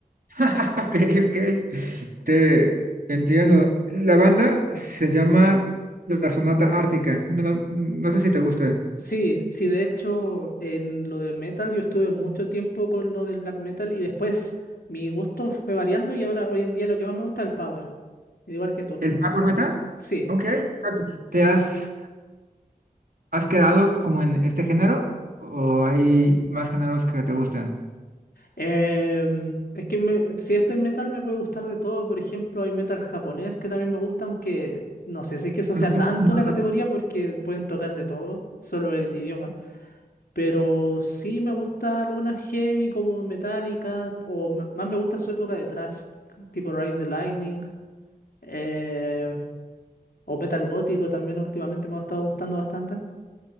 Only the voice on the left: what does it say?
Sí, sí, de hecho, en lo del metal yo estuve mucho tiempo con lo del black metal y después mi gusto fue variando y ahora hoy en día lo que más me gusta es el power, igual que tú.
Sí,
Em, es que me- si es de metal me puede gustar de todo, por ejemplo, hay metal japonés que también me gusta, aunque no sé si es que eso sea
tanto
una categoría porque pueden tocar de todo, solo el idioma. Pero sí me gusta algunas heavy como Metallica o m- más me gusta su época de thrash, tipo Ride the Lightning. eh, o metal gótico también últimamente me ha estado gustando bastante.